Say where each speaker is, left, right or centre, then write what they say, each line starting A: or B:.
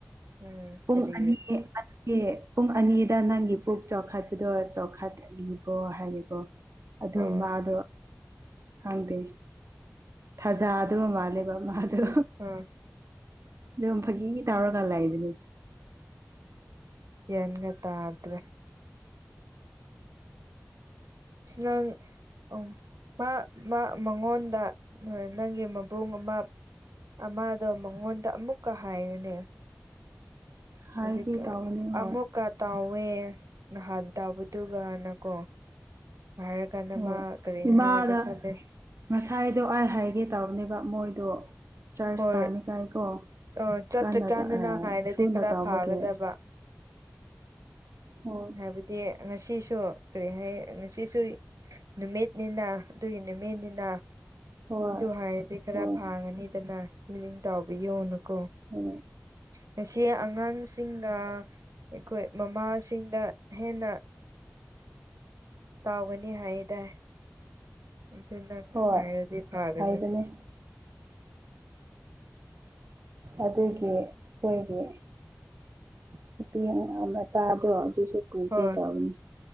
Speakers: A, on the right (about 85°); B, on the right (about 60°).
A: ꯎꯝ
B: ꯄꯨꯡ
A: ꯀꯔꯤ
B: ꯑꯅꯤ ꯑꯅꯤ ꯄꯨꯡ ꯑꯅꯤꯗ ꯅꯪꯒꯤ ꯄꯨꯛ ꯆꯥꯎꯈꯠꯄꯗꯣ ꯆꯥꯎꯈꯠꯂꯤꯕꯣ ꯍꯥꯏꯔꯀꯣ ꯑꯗꯨ
A: ꯑꯣ
B: ꯃꯥꯗꯣ ꯍꯪꯗꯦ ꯊꯥꯖꯥ ꯑꯗꯨꯃ ꯃꯥꯜꯂꯦꯕ ꯃꯥꯗꯣ
A: ꯎꯝ
B: ꯑꯗꯨꯝ ꯐꯥꯒꯤ ꯇꯧꯔꯒ ꯂꯥꯛꯏꯕꯅꯦ
A: ꯌꯦꯟꯒ ꯇꯥꯗ꯭ꯔꯦ ꯁꯅꯪ ꯎꯝ ꯃꯥ ꯃꯥ ꯃꯉꯣꯟꯗ ꯅꯪꯒꯤ ꯃꯕꯨꯡ ꯑꯃ ꯑꯃꯗꯣ ꯃꯉꯣꯟꯗ ꯑꯃꯨꯛꯀ ꯍꯥꯏꯌꯨꯅꯦ
B: ꯍꯥꯏꯒꯦ
A: ꯍꯧꯖꯤꯛ
B: ꯇꯧꯕꯅꯦ ꯍꯣꯏ
A: ꯑꯃꯨꯛ ꯀꯥ ꯇꯥꯎꯋꯦ ꯅꯍꯥꯟ ꯇꯥꯕꯗꯨꯒꯅꯀꯣ ꯍꯥꯏꯔ ꯀꯥꯟꯗ
B: ꯍꯣꯏ
A: ꯃꯥ ꯀꯔꯤ
B: ꯏꯃꯥꯗ
A: ꯍꯥꯏꯒꯗ꯭ꯔꯥ ꯈꯜꯂꯤꯦ
B: ꯉꯁꯥꯏꯗꯣ ꯑꯩ ꯍꯥꯏꯒꯦ ꯇꯕꯅꯦꯕ ꯃꯣꯏꯗꯣ ꯆꯔꯆ
A: ꯍꯣꯏ
B: ꯀꯥꯅꯤ ꯀꯥꯏ ꯀꯣ
A: ꯑꯣ ꯆꯠꯇ꯭ꯔꯤꯀꯥꯟꯗꯅ
B: ꯀꯟꯅ ꯑꯦ
A: ꯍꯥꯏꯔꯗꯤ
B: ꯊꯨꯅ
A: ꯈꯔ
B: ꯇꯥꯕꯒꯦ
A: ꯐꯥꯒꯗꯕ
B: ꯑꯣ
A: ꯍꯥꯏꯕꯗꯤ ꯉꯁꯤꯁꯨ ꯀꯔꯤ ꯍꯥꯏ ꯉꯁꯤꯁꯨ ꯅꯨꯃꯤꯠꯅꯤꯅ ꯑꯗꯨꯒꯤ ꯅꯨꯃꯤꯠꯅꯤꯅ
B: ꯍꯣꯏ
A: ꯑꯗꯨ ꯍꯥꯏꯔꯗꯤ ꯈꯔ
B: ꯍꯣꯏ
A: ꯐꯥꯒꯅꯤꯗꯅ ꯏꯂꯤꯪ ꯇꯥꯎꯕꯤꯌꯣꯅꯨꯀꯣ
B: ꯎꯝ
A: ꯉꯁꯤ ꯑꯉꯥꯡꯁꯤꯡꯒ ꯑꯩꯈꯣꯏ ꯃꯃꯥꯁꯤꯡꯗ ꯍꯦꯟꯅ ꯇꯥꯎꯒꯅꯤ ꯍꯥꯏꯌꯦꯗꯥ ꯑꯗꯨ ꯅꯪ
B: ꯍꯣꯏ
A: ꯍꯥꯏꯔꯗꯤ ꯐꯒꯅꯤ
B: ꯍꯥꯏꯕꯅꯦ ꯑꯗꯨꯒꯤ ꯑꯩꯈꯣꯏꯒꯤ ꯅꯨꯄꯤ ꯑꯉꯥꯡ ꯃꯆꯥꯗꯣ ꯑꯗꯨꯁꯨ ꯄꯨꯈꯤ
A: ꯍꯣꯏ
B: ꯗꯧꯅꯤ